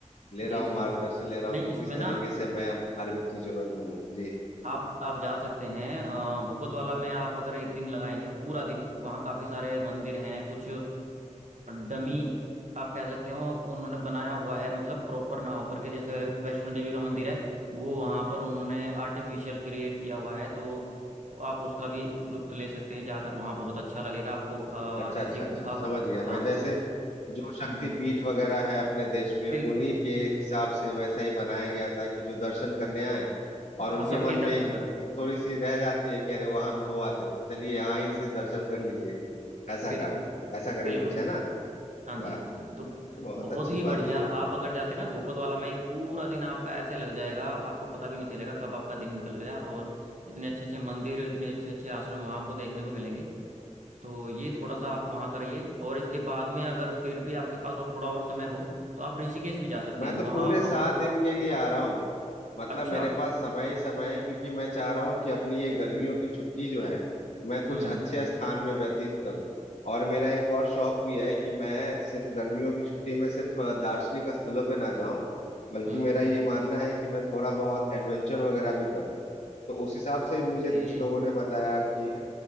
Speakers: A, on the left (about 75°); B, on the right (about 70°).
A: ले रहा
B: जी
A: हूँ
B: जी
A: मार्गदर्शन
B: बिल्कुल
A: ले रहा
B: नहीं
A: हूँ कि
B: इसमें
A: किस तरीके
B: ना
A: से मैं अब धार्मिक चीजों में घूमूं जी
B: आप आप जा सकते हैं अ, भूपतवाला में आप अगर एक दिन लगाएंगे पूरा दिन वहाँ काफ़ी सारे मंदिर हैं कुछ डमी आप कह सकते हो उन्होंने बनाया हुआ है मतलब प्रॉपर ना होकर के जैसे वैष्णो देवी का मंदिर है वो वहाँ पर उन्होंने आर्टिफिशियल क्रिएट किया हुआ है तो आप उसका भी लुत्फ ले सकते हैं जाकर वहाँ बहुत अच्छा लगेगा आपको अ,
A: अच्छा अच्छा
B: ऐसे ही
A: अच्छा
B: गुफा
A: समझ गया मैं
B: हाँ
A: जैसे
B: गु
A: जो शक्तिपीठ
B: हम्म हम्म
A: वगैरह है अपने देश में उन्हीं
B: बिल्कुल
A: के हिसाब से वैसा ही बनाया गया था कि जो दर्शन करने आए और
B: हाँ
A: उनके
B: सबके
A: मन
B: दर्शन
A: में एक
B: करना है
A: थोड़ी सी रह जाती है कि अरे वहां भी हो आते तो चलिए यहाँ ही से दर्शन कर लीजिए ऐसा
B: बिल्कुल
A: कहा
B: बिल्कुल
A: ऐसा करके
B: बिल्कुल
A: कुछ
B: बिल्कुल
A: है ना
B: हाँ
A: वाह
B: जी हाँ जी हाँ जी तो
A: बहुत
B: बहुत
A: अच्छी
B: ही बढ़िया
A: बात है ये
B: आप
A: तो
B: अगर जाते ना भूपत वाला में एक पूरा दिन आपका ऐसे लग जाएगा आपको पता भी नहीं चलेगा कब आपका दिन निकल गया और इतने अच्छे अच्छे मंदिर इतने अच्छे अच्छे आश्रम वहाँ आपको देखने को मिलेंगे तो ये थोड़ा सा आप वहाँ करिए और इसके बाद में अगर फिर भी आपके पास और थोड़ा और समय हो तो आप ऋषिकेश भी जा सकते
A: मैं
B: हैं वहाँ
A: तो पूरे
B: बहुत
A: सात दिन के लिए आ रहा हूँ मतलब
B: अच्छा
A: मेरे पास समय ही समय है क्योंकि मैं चाह रहा हूँ कि अपनी ये गर्मियों की छुट्टी जो है मैं कुछ
B: हम्म
A: अच्छे स्थान में व्यतीत करूँ और मेरा एक और शौक भी है कि मैं सिर्फ गर्मियों की छुट्टी में सिर्फ अ, दार्शनिक स्थलों पे ना जाऊं बल्कि
B: हम्म
A: मेरा ये मानना है कि मैं थोड़ा बहुत एडवेंचर वगैरह भी करूँ तो उस हिसाब
B: ओके
A: से भी मुझे कुछ लोगों ने बताया कि ह-